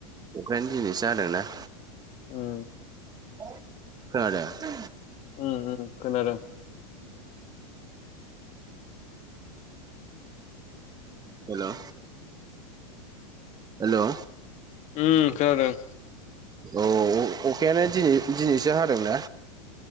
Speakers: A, on the right; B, on the left.
A: अखानो दिनैसो जादोंना
B: उम
A: खोनादो
B: ओ ओ खोनादों
A: हेलौ हेलौ
B: उम खोनादों
A: औ अखायानो दि-दिनै दिनैसो हादोंना